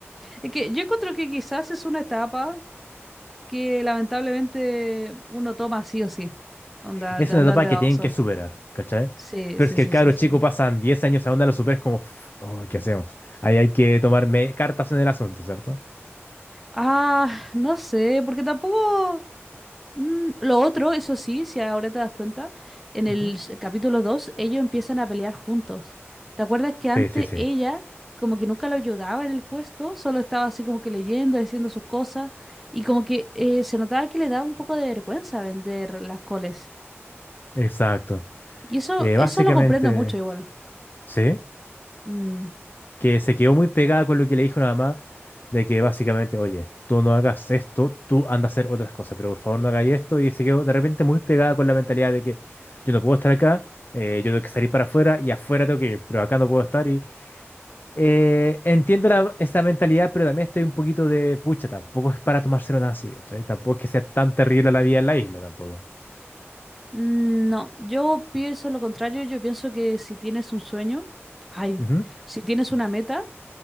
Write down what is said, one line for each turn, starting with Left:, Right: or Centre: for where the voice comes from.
Centre: Es que yo encuentro que quizás es una etapa que lamentablemente uno toma sí o sí. Onda,
Left: Es
Centre: de
Left: una
Centre: andar
Left: etapa
Centre: de
Left: que
Centre: baboso.
Left: tienen que superar, ¿cachai?
Centre: Sí,
Left: Pero
Centre: sí,
Left: es que
Centre: sí,
Left: el cabro
Centre: sí, sí.
Left: chico pasan 10 años a onda, lo superas como, "Uf, oh, ¿qué hacemos? Ahí hay que tomar me- cartas en el asunto, ¿cierto?
Centre: Ah, no sé, porque tampoco. Mm, lo otro, eso sí, si ahora te das cuenta, en
Left: Ujú.
Centre: el s- capítulo 2 ellos empiezan a pelear juntos. ¿Te acuerdas que
Left: Sí,
Centre: antes
Left: sí, sí.
Centre: ella como que nunca lo ayudaba en el puesto, solo estaba así como que leyendo, haciendo sus cosas y como que eh, se notaba que le daba un poco de vergüenza vender las coles?
Left: Exacto.
Centre: Y eso,
Left: Eh,
Centre: eso
Left: básicamente,
Centre: lo comprendo mucho igual.
Left: sí,
Centre: Mm,
Left: que se quedó muy pegada con lo que le dijo la mamá, de que básicamente, oye, tú no hagas esto, tú anda a hacer otras cosas, pero por favor no hagáis esto. Y se quedó de repente muy pegada con la mentalidad de que yo no puedo estar acá, eh, yo tengo que salir para afuera y afuera tengo que ir, pero acá no puedo estar. eh, entiendo la- esa mentalidad, pero también estoy un poquito de pucha, tampoco es para tomárselo nada así, ¿cachai? Tampoco es que sea tan terrible la vida en la isla, tampoco.
Centre: mm, no, yo pienso lo contrario, yo pienso que si tienes un sueño, ay,
Left: Ujú.
Centre: si tienes una meta,